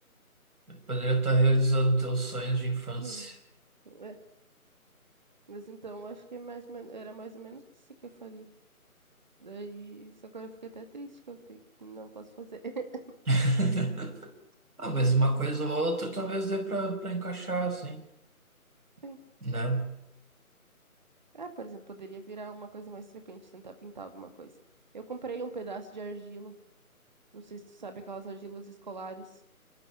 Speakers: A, on the right; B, on the right.
A: Poderia estar realizando teus sonhos de infância.
B: Hum, é. Mas então acho que é mais, ou men- era mais ou menos isso que eu faria. Daí, isso agora eu fiquei até triste que eu te- não posso fazer. <laughs>
A: <laughs> Ah, mas uma coisa ou outra talvez dê pra, pra encaixar, assim,
B: Sim.
A: né?
B: É, por exemplo, poderia virar uma coisa mais frequente, tentar pintar alguma coisa. Eu comprei um pedaço de argila. Não sei se tu sabe aquelas argilas escolares.